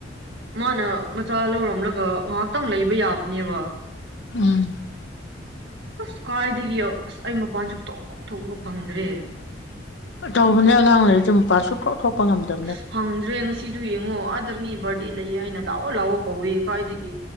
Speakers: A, on the right; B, on the left.
A: ꯃꯥꯅ ꯃꯆꯥ ꯂꯧꯔꯝꯂꯒ ꯉꯥꯏꯍꯥꯛꯇꯪ ꯂꯩꯕ ꯌꯥꯕꯅꯦꯕ
B: ꯎꯝ
A: ꯑꯁ ꯀꯥꯏꯗꯒꯤ ꯑꯁ ꯑꯩ ꯃꯄꯥꯟ ꯁꯨꯛꯊꯣꯛ ꯊꯣꯛꯣꯛꯑꯥꯄ ꯐꯪꯗ꯭ꯔꯦ
B: ꯇꯧꯕꯅꯦ ꯑꯉꯥꯡ ꯂꯩꯔꯗꯤ ꯃꯄꯥꯁꯨ ꯊꯣꯛ ꯊꯣꯛꯄ ꯉꯝꯗꯕ
A: ꯑꯁ ꯐꯪꯗ꯭ꯔꯦ ꯉꯁꯤꯁꯨ ꯌꯦꯡꯉꯣ ꯑꯥꯗ ꯃꯤ ꯕꯥꯔꯗꯦ ꯂꯩꯌꯦ ꯍꯥꯏꯅ ꯂꯥꯛꯑꯣ ꯂꯥꯛꯑꯣ ꯀꯧꯋꯦ ꯀꯥꯏꯗꯒꯤ